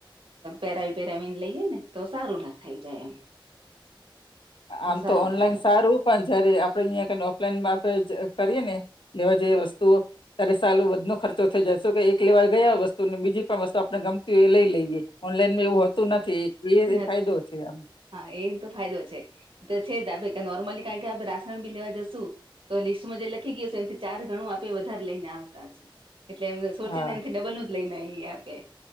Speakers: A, on the right (about 80°); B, on the left (about 65°).
A: પેરાવી પેરાવીને લઈ હે ને સારું ના થઈ જાય એમ
B: હ
A: એટલે
B: આમ
A: સારું
B: તો ઓનલાઈન
A: થાય એમ
B: સારું પણ જયારે આપડે અહીંયા કને ઓફલાઈન મા આપે કરીએ ને લેવા જેઈ વસ્તુઓ ત્યારે સાલું વધનો ખર્ચો થઈ જાય શકે. એક લેવાઈ ગયા વસ્તુ ને બીજી પણ વસ્તુ આપણે ગમ એ લઈ લઈએ. ઓનલાઈનમાં એવું હોતું નથી એ
A: નથી
B: એ ફાયદો છે આમ
A: હા એને તો ફાયદો છે. તો છે જ આપે નોર્મલી કારણ કે આપણે રાસણ બી લેવા જશુ તો લિસ્ટમાં જે લખી ગયું હે એથી ચાર ગણું આપે વધારે લઈને આવતા હશું એટલે એમને સોચી
B: હા
A: ને એ થી ડબલ જ લઈને એ આપે